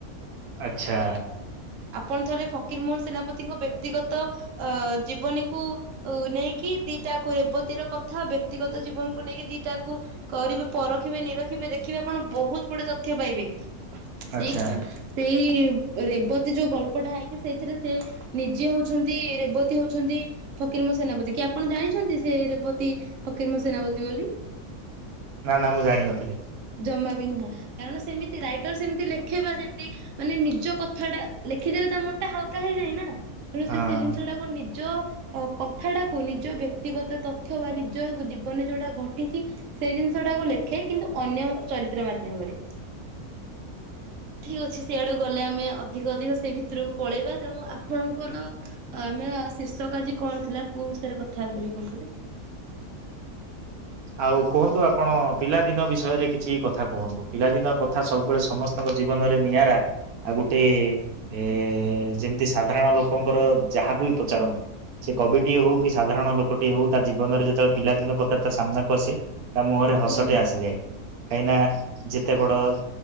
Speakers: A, on the right; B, on the right.
A: ଆଚ୍ଛା।
B: ଆପଣ ଥରେ ଫକୀର ମୋହନ ସେନାପତିଙ୍କ ବ୍ୟକ୍ତିଗତ ଅ ଜୀବନୀକୁ ଉ ନେଇକି ଦିଟାକୁ ରେବତୀର କଥା ଆଉ ବ୍ୟକ୍ତିଗ ତ ଜୀବନକୁ ନେଇକି ଦିଟାକୁ କରିବେ ପରଖିବେ ନିରଖିବେ ଦେଖିବେ ଆପଣ ବୋହୁତ ଗୁଡେ ତଥ୍ୟ ପାଇବେ। ସେଇ
A: ଆଚ୍ଛା
B: ପା ସେଇ ରେବତୀ ଯୋଉ ଗଳ୍ପଟା ହାଇକି ସେଇଥିରେ ସେ ନିଜେ ହୋଉଛନ୍ତି ରେବତୀ ହୋଉଛନ୍ତି ଫକିର ମୋ ସେନାପତି କି ଆପଣ ଜାଣିଛନ୍ତି ସେ ରେବତୀ ଫକିର ମୋ ସେନାପତି ବୋଲି?
A: ନାଁ ନାଁ ମୁଁ ଜାଣିନଥିଲି।
B: ଜମା ବି ନୁହଁ କାରଣ ସେମିତି ରାଇଟର ସେମିତି ଲେ ଖେଇବା ଯେମତି ମାନେ ନିଜ କଥାଟା ଲେଖିଦେଲେ ତା ମନଟା ହାଲକା ହେଇଯାଇ ନାଁ ‌ ତେଣୁ
A: ହଁ।
B: ସେ ସେ ଜିନିଷଟାକୁ ନିଜ ଅ କଥାଟାକୁ ନିଜ ବ୍ୟକ୍ତିଗତ ତଥ୍ୟ ବା ନିଜ ଜୀବନରେ ଯୋଉଟା ଘଟିଚି ସେ ଜିନିଷଟାକୁ ଲେଖେ କିନ୍ତୁ ଅନ୍ୟ ଚରିତ୍ର ମାଧ୍ୟମରେ। ଠିକ୍ ଅଛି ସେଇଆଡ଼ୁ ଗଲେ ଆମେ ଅ ଧିକ ଅଧିକ ସେଇ ଭିତୁରକୁ ପଳେଇବା ତେଣୁ ଆପଣଙ୍କର ଆମେ ଶୀର୍ଷକ ଆଜି କଣ ଥିଲା କୋଉ ବିଷୟରେ କଥା ହବା ବୋଲି କୋହୁଥୁଲେ?
A: ଆଉ କୁହନ୍ତୁ ଆପଣ ପିଲାଦିନ ବିଷୟରେ କିଛି କଥା କୁହନ୍ତୁ। ପିଲାଦିନ କ ଥା ସବୁବେଳେ ସମସ୍ତଙ୍କ ଜୀବନରେ ନିଆରା ଆଉ ଗୋଟେ ଏ ଯେମତି ସାଧାରଣ ଲୋ କଙ୍କର ଯାହାକୁ ବି ପଚାରନ୍ତୁ ସେ କବିଟିଏ ହୋଉ କି ସାଧାରଣ ଲୋକଟିଏ ହୋଉ ତା ଜୀବନରେ ଯେତୋଳେ ପିଲାଦିନ କଥା ତା ସାମ୍ନା କସି ତା ମୁହଁରେ ହସଟିଏ
B: ହୁଁ ହୁଁ।
A: ଆସିଯାଏ। କାହିଁକିନା ଯେତେ ବଡ ଉ